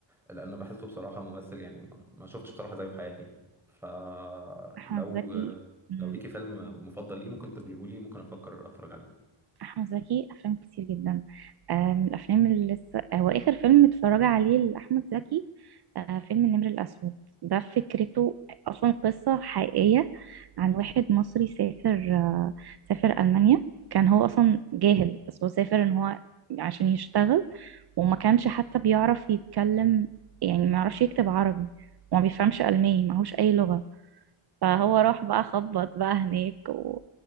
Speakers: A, in the centre; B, on the right.
A: لان بحسه بصراحه ممثل يعني ما ما شفتش بصراحه زيه في حياتي يعني فلو
B: أحمد زكي مم.
A: لو ليكي فيلم مفضل ليه ممكن تقوليه لي ممكن افكر اتفرج عليه
B: أحمد زكي أفلام كتير جدا آه، من الأفلام اللي لسه هو آخر فيلم اتفرج عليه لأحمد زكي آه، فيلم النمر الأسود ده فكرته أصلا قصة حقيقية عن واحد مصري سافر آه، سافر ألمانيا كان هو أصلا جاهل بس هو سافر إن هو عشان يشتغل وما كانش حتى بيعرف يتكلم يعني ما يعرفش يكتب عربي وما بيفهمش ألماني معهوش أي لغة فهو راح بقى خبط بقى هناك و...